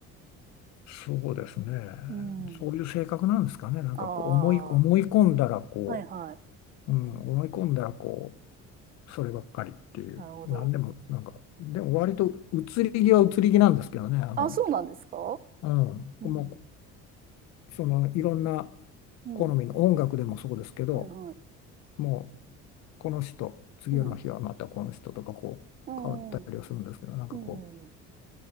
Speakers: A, on the left; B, on the right.
A: そうですね、
B: うん。
A: そういう性格なんですかね、なんかこう思い、
B: ああ、
A: 思い込んだらこ
B: はいはい。
A: う、うん、思い込んだらこそればっかりっていう、
B: なるほど。
A: なんでも、なんか、でも割と移り気は移り気なんですけどね、あの、
B: あ、そうなんですか
A: う
B: うん。
A: ん、もう、そのいろんな
B: うん。
A: 好みの音楽でもそうですけど、
B: はいはい。
A: もうこの人、次の日はまたこの人とかこう変わったりはするんですけど、
B: うん。うん。うん。
A: なんかこ
B: うん